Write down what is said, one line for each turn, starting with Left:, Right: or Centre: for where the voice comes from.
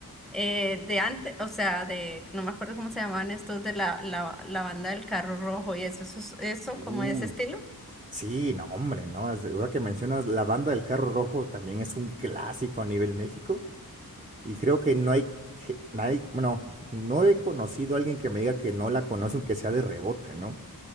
Centre: Eh, de antes, o sea, de, no me acuerdo cómo se llamaban estos de la, la, la banda del carro rojo y eso, eso, es- eso,
Right: Uy.
Centre: como de ese estilo.
Right: Sí, no, hombre, ¿no? Es- Ahora que mencionas, la banda del carro rojo también es un clásico a nivel México. Y creo que no hay, ge- nadie, bueno, no he conocido a alguien que me diga que no la conoce, aunque sea de rebote, ¿no?